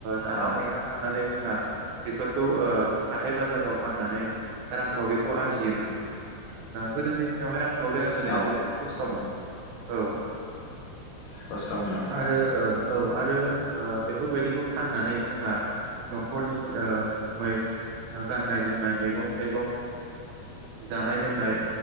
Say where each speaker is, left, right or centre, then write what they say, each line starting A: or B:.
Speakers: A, on the right; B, on the left.
A: दाहा
B: औ
A: मैहा थांनानै जों बेफोरखौ हाथाय बाजाराव फाननानै रांखावरिखौ आरजियोमोन गोदोनि दिनहाय रां खौावरि आरजिनाया
B: औ
A: जोबोद खस्थ'मोन औ
B: खस्थ' मोन
A: आरो ओ औ आरो बेफोरबायदिखौ फाननानै जोंहा न'खरनिै गाननाय जोमनाय मैगं थाइगं जानाय लोंनाय